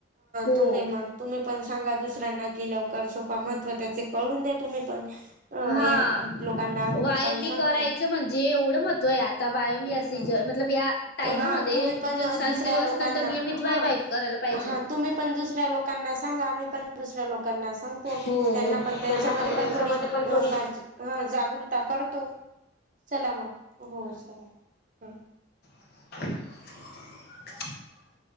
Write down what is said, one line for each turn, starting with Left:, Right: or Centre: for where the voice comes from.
Left: हो
Right: तुम्ही मग. तुम्ही पण सांगा दुसऱ्यांना कि लवकर सोपा महत्त्व त्याचे कळून द्या तुम्ही पण. अ
Left: हा वयाम
Right: लोकांना पण
Left: बी
Right: सांगतो
Left: करायच म्हणजे एवढं मतय आता वायामबी
Right: ह
Left: असी ज मतलब या. टाइमामध्ये
Right: हा तुम्ही पण
Left: दिवसांदिवस
Right: दुसऱ्या लोकांना
Left: नंतर नियमित
Right: हा
Left: वाय वाय करायला पाहिजे
Right: हा तुम्ही पण दुसऱ्या लोक. ना सांगा आम्ही पण दुसऱ्या लोकांना सांगतो
Left: हो
Right: त्यांना
Left: हो
Right: पण त्यांच्या
Left: त्यांना
Right: म
Left: त्यांच्यामध्ये
Right: पण थोडी.
Left: पण थोडी
Right: फार जागृता करतो चला मग हो चला.
Left: <unintelligible>